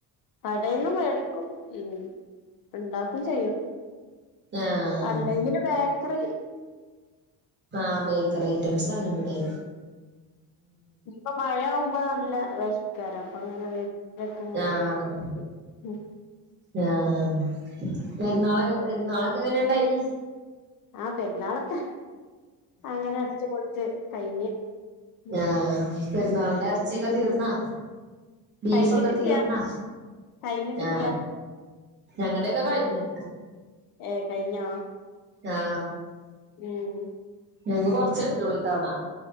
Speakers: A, on the left (about 55°); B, on the right (about 25°).
A: കടേന്നും വേടിക്കും ഉം ണ്ടാക്കും ചെയ്യു
B: ആഹ്
A: അല്ല ഇങ്ങന ബേക്കറി
B: ആഹ് ബേ ക്കറി ഐറ്റംസാണ് വ്ടെ
A: ഇപ്പ മഴ യാവു മ്പ ല്ല വെഷ് ക്കാര പ്പ അങ്ങനെ വെ <unintelligible>
B: ആഹ്
A: <unintelligible> ഉം
B: ആഹ് പെര്ന്നാള് പെരുന്നാളൊക്ക എങ്ങനെണ്ടായി
A: ആഹ് പെരുന്നാളത്താ അങ്ങനെ അടിച്ചു പോളിച്ച് കഴിഞ്ഞ് ഉം
B: ആ പെരുന്നാളിന്റെ എറച്ചിയൊക്കെ തീർന്നാ ബീഫൊക്കെ
A: കഴിഞ്ഞിട്ടില്ല
B: തീർന്ന
A: കഴിഞ്ഞിട്ടില്ല
B: ആ ഞങ്ങടെയൊക്കെ കഴിഞ്ഞു
A: ഏഹ് കഴിഞ്ഞോ
B: ആ
A: ഉം
B: ഞങ്ങക്ക കൊറച്ച് കിട്ടിയോൾ ഇത്തവണ